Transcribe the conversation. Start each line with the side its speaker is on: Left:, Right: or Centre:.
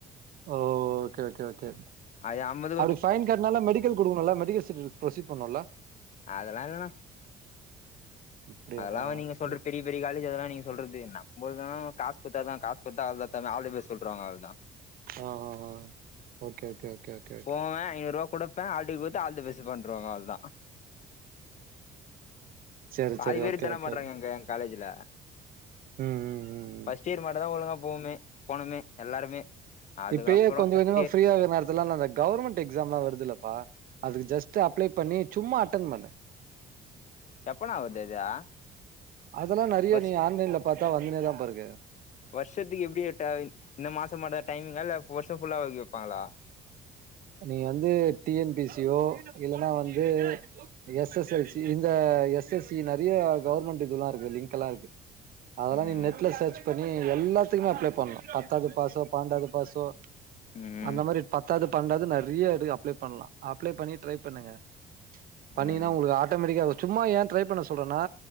Right: ஓ ஓகே ஓகே ஓகே
Left: அய்ய அம்மது
Right: அப்டி ஃபைன் கட்டனால மெடிக்கல் குடுணுல்ல மெடிக்கல் சட்ஃபிக்கெட் ப்ரசீட் பண்ணுல்ல
Left: அதெல்லா இல்லன்னா
Right: அப்டியாவா
Left: அதெல்லா வ நீங்க சொல்ற
Right: சேரி
Left: பெரிய பெரிய காலேஜ் அதெல்லா நீங்க சொல்றது நம்முலுகு காசு குடுத்தா தா காசு குத்தா அவ்லதாமே ஆல்த பெஸ்ட் சொல்றாங்க அவ்லதா
Right: ஆ ஆ ஆ okay okay okay okay okay
Left: போவே ஐநூறுவா கூட ப்பே அடுகுத்து ஆள்த பெஸ் பண்ருவாங்க அல்தா
Right: சேரி
Left: பாதி
Right: சேரி
Left: பேர்
Right: ஓகே
Left: இத்தான
Right: ஓகே
Left: பண்றாங்க எங்க காலேஜ்ல
Right: ம் ம் ம் ம்
Left: ஃபஸ்ட் இயர் மட்டுதா ஒழுங்கா போவமே போனமே எல்லாருமே அதுக்கப்புறோ
Right: இப்பயே கொஞ்ச
Left: செகண்ட்
Right: கொஞ்ச
Left: இயர்
Right: ஃப்ரீயா இருக்க நேரத் த்துலா அந்த கவர்மெண்ட் எக்ஸாம்லா வருதுல்ப்பா அதுக்கு ஜஸ்ட் அப்ளை பண்ணி சும்மா அட்டன் பண்ணு
Left: எப்பண்ணா வருது அது
Right: அதெல்லா நெறைய
Left: வர்ஷ்
Right: நீ ஆன்லைன்ல பாத்தா வந்துனே தா பா இருக்கு
Left: வருஷத்துக்கு எப்டி எட்டா இந்த மாசம் மட்டு தா டைமிங்கா இல்ல வருஷம் ஃபுல்லா வை வப்பாங்களா
Right: நீ வந்து டி என் பி சி யோ இல்லன்னா வந்து எஸ் எஸ்ஸஎல் சி இந்த எஸ் எஸ் சி நெறைய கவர்மெண்ட் இதுெல்லா இருக்கு லிங்க்ல்லா இருக்கு அதெல்லா
Left: ம்
Right: நீ நெட்ல சர்ச் பண்ணி எல்லாத்துக்குமே அப்ளை பண்ணு பத்தாது பாசோ பண்டாது பாசோ
Left: ம்
Right: அந்த மாரி பத்தாது பண்டாது நெறைய இரு அப்ளேபண்ணலா அப்ளே பண்ணி ட்ரை பண்ணுங்க
Left: ம்
Right: பண்ணி ன்னா உங்களுக்கு ஆட்டோமேட்டிக்கா சும்மா ஏ ட்ரை பண்ண சொல்றனா